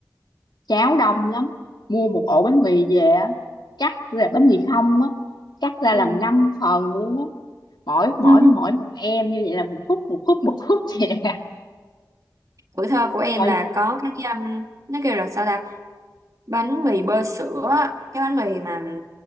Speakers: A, on the left; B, on the right.
A: cháo đông lắm mua một ổ bánh mì về á cắt ra bánh mì không á cắt ra
B: ừ.
A: làm 5 phần luôn á mỗi mỗi
B: <laughs>
A: mỗi một em như vậy là một khúc một khúc một khúc vậy nè
B: tuổi thơ của em
A: Trời,
B: là có cái um, nó kêu là sao ta bánh mì bơ sữa á. cái bánh mì mà